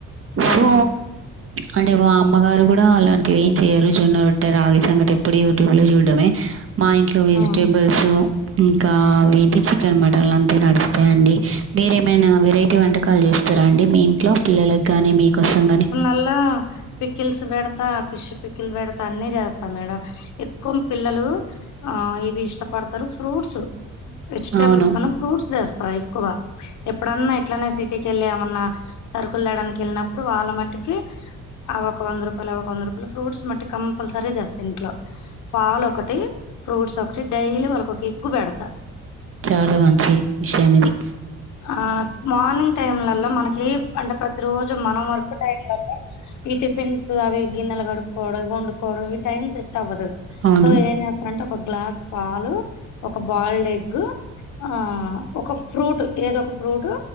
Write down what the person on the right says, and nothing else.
సో అంటే మా అమ్మగారు కూడా అలాంటివి ఏం చెయరు జొన్నట్టే రాగి సంగట ఎప్పుడు యూట్యూబ్ లో చూడమే మా ఇంట్లో వెజిటేబుల్స్
ఇంకా ఏంటి చికెన్ మటన్లు అంతే నడుస్తయండి మీరేమైనా వెరైటీ వంట కాల్ చేస్ స్తారండి మీ ఇంట్లో పిల్లలకు కానీ మీకోసం కానీ
అవును.
చాలా మంచి విషయం ఇది.
అవును.